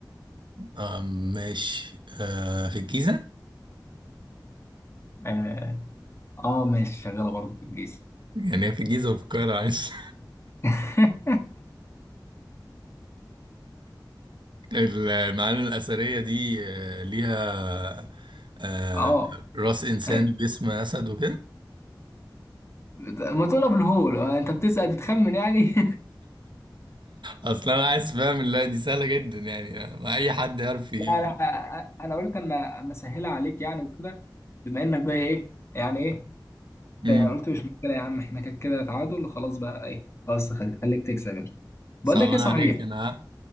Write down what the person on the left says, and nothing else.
اه اه ماشي شغالة برضه في الجيزة
<laughs>
اه
أي.
بت- ما تقول ابو الهول آه، انت بتسأل بتخمن يعني
<laughs> لا لا انا قلت اما اما اسهلها عليك يعني وكده بما انك بقى ايه يعني ايه
يعني قلت مش مشكلة يا عم احنا كده كده تعادل خلاص بقى ايه خلاص خل- خليك تكسب انت
بقول لك ايه صحيح